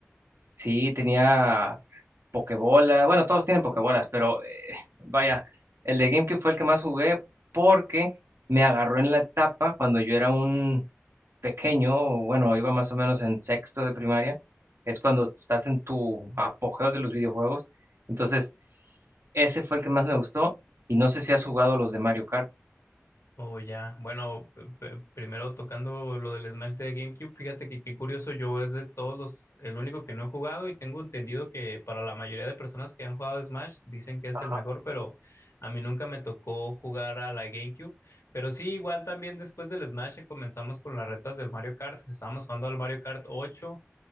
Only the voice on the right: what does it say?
sí tenía Pokébola. Bueno, todos tienen Pokébolas, pero eh, vaya, el de GameCube fue el que más jugué porque me agarró en la etapa cuando yo era un pequeño, bueno, iba más o menos en sexto de primaria. Es cuando estás en tu apogeo de los videojuegos. Entonces. Ese fue el que más me gustó. Y no sé si has jugado los de Mario Kart.
Ajá.